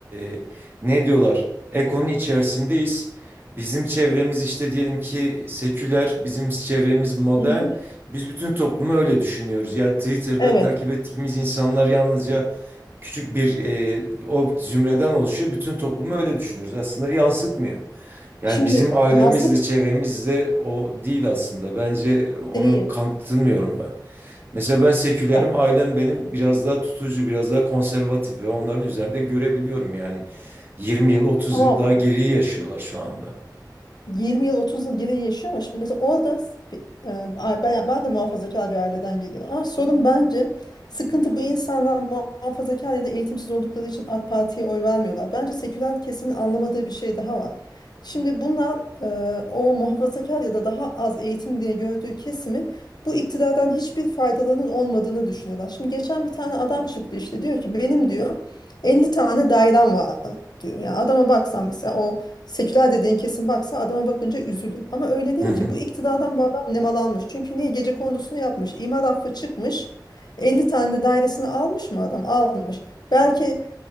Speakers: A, on the right; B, on the left.
A: e, ne diyorlar? Ekonun içerisindeyiz. Bizim çevremiz işte diyelim ki seküler, bizim çevremiz modern.
B: hı hı.
A: Biz bütün toplumu öyle düşünüyoruz. Ya Twitter'da
B: Evet.
A: takip ettiğimiz insanlar yalnızca küçük bir e, o zümreden oluşuyor. Bütün toplumu öyle düşünüyoruz. Aslında yansıtmıyor. Yani
B: Şimdi
A: bizim ailemizle
B: yansıt
A: çevremizle o değil aslında. Bence onu
B: değil.
A: kanıtlamıyorum ben. Mesela ben sekülerim,
B: Ya,
A: ailem benim biraz daha tutucu, biraz daha konservatif ve onların üzerinde görebiliyorum yani. 20 yıl, 30
B: tamam
A: yıl daha geriye yaşıyorlar şu anda.
B: 20 yıl 30 yıl geriye yaşıyor ama şimdi mesela orada s- bir- e, a- ben, ben de muhafazakar bir aileden geliyorum. Ama sorun bence sıkıntı bu insanlar muha- muhafazakar ya da eğitimsiz oldukları için AK Parti'ye oy vermiyorlar. Bence seküler kesimin anlamadığı bir şey daha var. Şimdi bunlar e, o muhafazakar ya da daha az eğitim diye gördüğü kesimin bu iktidardan hiçbir faydalarının olmadığını düşünüyorlar. Şimdi geçen bir tane adam çıktı işte diyor ki benim diyor 50 tane dairem var diyor. Yani adama baksan mesela o Seküler dediğin kesin baksa adama bakınca üzülür. Ama öyle değil
A: Hı hı.
B: ki. Bu iktidardan bu adam nemalanmış. Çünkü niye? Gece kondusunu yapmış. İmar affı çıkmış. 50 tane de dairesini almış mı adam? Almış. Belki